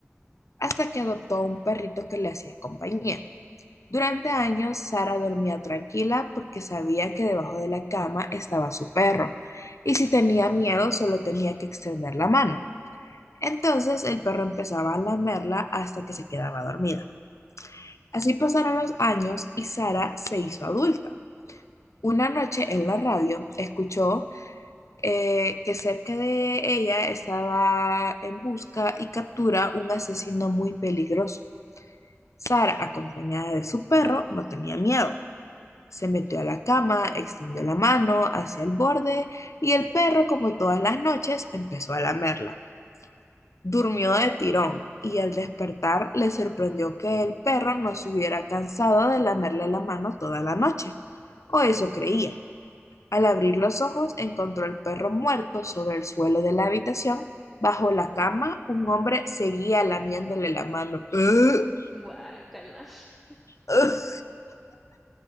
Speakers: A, on the left; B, in the centre.
A: hasta que adoptó a un perrito que le hacía compañía. Durante años, Sara dormía tranquila porque sabía que debajo de la cama estaba su perro, y si tenía miedo solo tenía que extender la mano. Entonces el perro empezaba a lamerla hasta que se quedaba dormida. Así pasaron los años y Sara se hizo adulta. Una noche en la radio escuchó eh, que cerca de ella estaba en busca y captura un asesino muy peligroso. Sara, acompañada de su perro, no tenía miedo. Se metió a la cama, extendió la mano hacia el borde y el perro, como todas las noches, empezó a lamerla. Durmió de tirón y al despertar le sorprendió que el perro no se hubiera cansado de lamerle la mano toda la noche. O eso creía. Al abrir los ojos encontró al perro muerto sobre el suelo de la habitación. Bajo la cama, un hombre seguía lamiéndole la mano. <gasps> ¡Ugh!
B: Bye. Guácala. <laughs>
A: ¡Ugh!